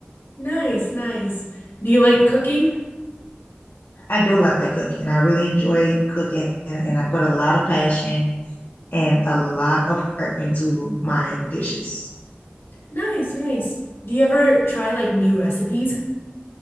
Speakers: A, on the left; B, on the left.
A: Nice, nice. Do you like cooking?
B: I do like cooking. I really enjoy cooking and I put a lot of passion. and a lot of heart into my dishes.
A: Nice, nice. Do you ever try like new recipes?